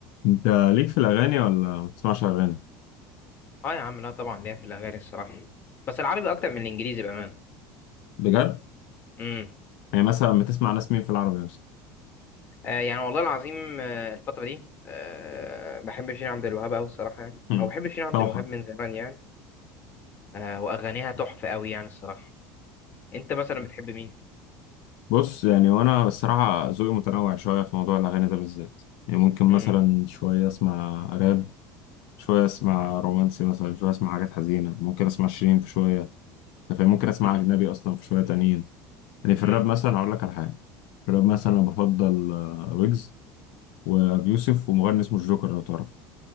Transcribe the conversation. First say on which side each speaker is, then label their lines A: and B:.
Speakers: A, on the left; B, on the left.
A: انت ليك في الاغاني ولا ما بتسمعش اغاني
B: اه يا عم لا طبعا ليا في الاغاني الصراحه بس العربي اكتر من الانجليزي بامان
A: بجد
B: امم
A: يعني مثلا بتسمع ناس مين في العربي مثلا
B: آه يعني والله العظيم آه الفتره دي آه بحب شيرين عبد الوهاب قوي الصراحه يعني
A: هم،
B: او بحب شيرين عبد
A: طبعا
B: الوهاب من زمان يعني آه واغانيها تحفه قوي يعني الصراحه انت مثلا بتحب مين
A: بص يعني وانا الصراحه ذوقي متنوع شويه في موضوع الاغاني ده بالذات يعني ممكن
B: امم
A: مثلا شويه اسمع راب شويه اسمع رومانسي مثلا شويه اسمع حاجات حزينه ممكن اسمع شيرين في شويه انت فاهم ممكن اسمع
B: امم
A: اجنبي اصلا في شويه تانيين يعني في
B: امم
A: الراب مثلا هقول لك على حاجه في الراب مثلا انا بفضل آه، ويجز وابي يوسف ومغني اسمه الجوكر لو تعرف